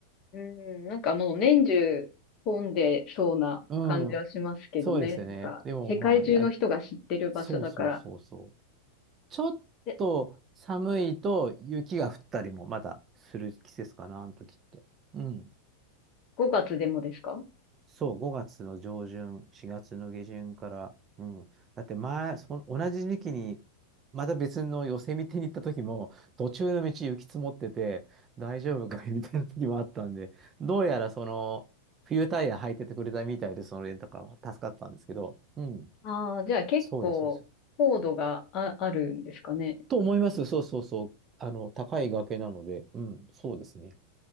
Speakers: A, on the left; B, on the right.
A: うん、なんかもう年中混んでそうな感じはしますけどね。
B: うん、そうですね。
A: なんか、
B: でもまあ、
A: 世界中の人が知ってる場所だから。
B: や、そうそうそうそう。ちょっと寒いと雪が降ったりもまだする季節かな、
A: で、
B: あの時って。うん。
A: 5月でもですか
B: そう、5月の上旬、4月の下旬から、うん。だって前、そ同じ時期に、また別の寄せ見てに行った時も、途中の道雪積もってて、大丈夫かいみたいな時もあったんで、どうやらその、冬タイヤ履いててくれたみたいで、そのレンタカーは助かったんですけど、うん。
A: ああ、じゃあ結構、
B: そうです、そうです。
A: 高度があ、あるんですかね。
B: と思います。そうそうそう。あの、高い崖なので、うん、そうですね。